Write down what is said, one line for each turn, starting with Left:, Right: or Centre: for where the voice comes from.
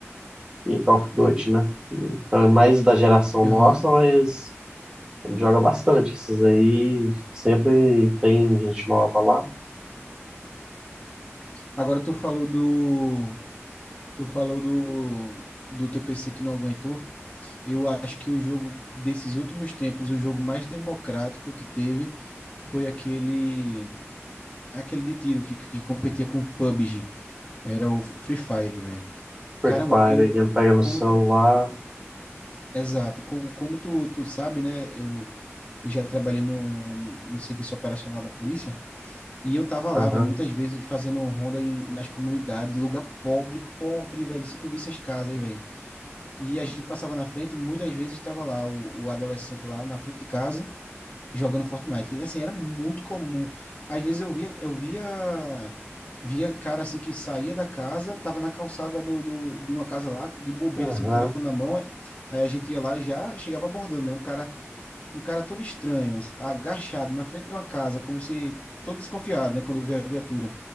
Right: e Call of Duty, né? Então é mais da geração nossa,
Left: Aham.
Right: mas ele joga bastante. Esses aí sempre tem gente nova lá.
Left: Agora tu falou do tu falou do do teu PC que não aguentou. Eu acho que o jogo desses últimos tempos, o jogo mais democrático que teve foi aquele aquele de tiro que, que competia com o PUBG. Era o Free Fire, velho.
Right: Free
Left: Caramba,
Right: Fire
Left: eu
Right: que ele pega no
Left: como
Right: celular.
Left: tu, Exato. Como, como tu, tu sabe, né? Eu, eu já trabalhei no, no serviço operacional da polícia e eu tava lá,
Right: Aham.
Left: velho, muitas vezes fazendo ronda em, nas comunidades, lugar pobre, pobre, velho. Se tu visse as casas, velho. E a gente passava na frente, e muitas vezes tava lá o, o adolescente lá na frente de casa jogando Fortnite. E, assim, era muito comum. Às vezes eu via, eu via, via cara assim que saía da casa, tava na calçada do, do- de uma casa lá, de bobeira,
Right: Aham.
Left: assim, com o telefone na mão. Aí aí a gente ia lá e já chegava abordando, né? Um cara um cara todo estranho, agachado na frente de uma casa, como se todo desconfiado, né, quando vê a viatura.